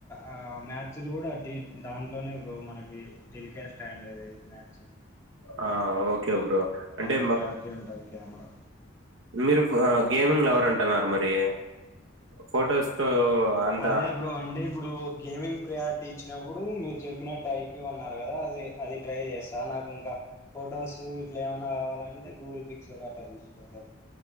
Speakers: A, on the left (about 15°); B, on the right (about 75°).
A: ఆ మ్యాచ్ చిలుడటి డాన్ ఇ లోనే ఇప్పు మనకి టెలికాస్ట్ అయ్యిందేది మ్యాచ్
B: ఆ ఓకే బ్రో అంటే
A: అంత క్లారిటీ ఉంటది కెమెరా
B: మీరు గేమింగ్ లవ్ అంటానారు మరి ఫోటోస్ తో అంతా
A: అదే బ్రో అంటే ఇప్పుడు గేమింగ్ ప్రియారిటీ ఇచ్చినప్పుడు మీరు చెప్పినట్టు ఐక్యూ అన్నారు కదా అది అది ట్రై చేస్తాను నాకు ఇంకా ఫొటోస్ ఇట్లా ఏమైనా కావాలంటే గూగుల్ పిక్సల్ అట తీసుకోరు